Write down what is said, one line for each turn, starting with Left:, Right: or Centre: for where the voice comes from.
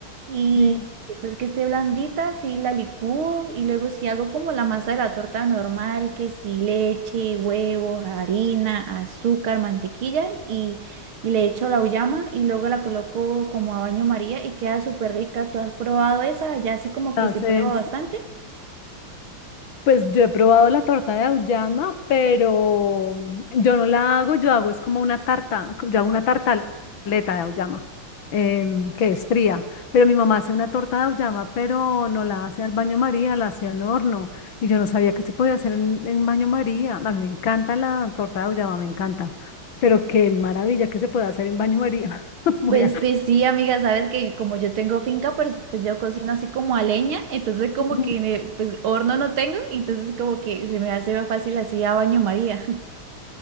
Right: y
Left: Sí.
Right: después que esté blandita, sí la licúo y luego si hago como la masa de la torta normal, que sí leche, huevos, harina, azúcar, mantequilla y... Y le echo la uyama y luego la coloco como a baño María y queda súper rica. ¿Tú has probado esa? Ya así como
Left: Entonces,
Right: que se prueba bastante.
Left: Pues yo he probado la torta de auyama, pero yo no la hago, yo hago es como una tarta, yo hago una tartaleta de auyama, em, que es fría, pero mi mamá hace una torta de auyama, pero no la hace al baño María, la hace en horno, y yo no sabía que se podía hacer en, en baño María. A mí me encanta la torta de auyama, me encanta, pero qué maravilla que se puede hacer en baño María. <laughs> Muy
Right: Pues,
Left: a-
Right: pues sí, amiga, sabes que como yo tengo finca, pues, pues yo cocino así como a leña, entonces como
Left: Ujú.
Right: que ne- pues horno no tengo, entonces como que se me hace más fácil así a baño María.